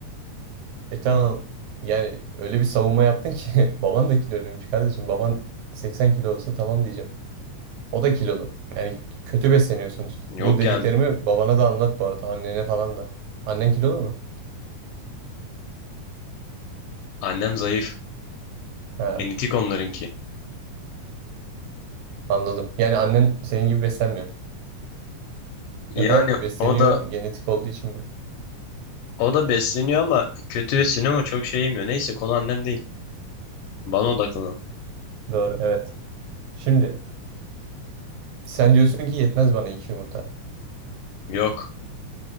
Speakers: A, on the right; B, on the left.
A: E tamam. Yani öyle bir savunma yaptın ki <laughs> baban da kiloluymuş kardeşim. Baban 80 kilo olsa tamam diyeceğim. O da kilolu. Yani kötü besleniyorsunuz.
B: Yok
A: Bu dediklerimi
B: yani
A: babana da anlat bu arada. Annene falan da. Annen kilolu mu?
B: annem zayıf.
A: He,
B: Genetik onlarınki.
A: anladım. Yani annen senin gibi beslenmiyor.
B: Yani
A: Ya da besleniyor
B: o da
A: genetik olduğu için mi?
B: o da besleniyor ama kötü besleniyor ama çok şey yemiyor. Neyse konu annem değil. Bana odaklanın.
A: Doğru, evet. Şimdi Sen diyorsun ki yetmez bana iki yumurta.
B: Yok.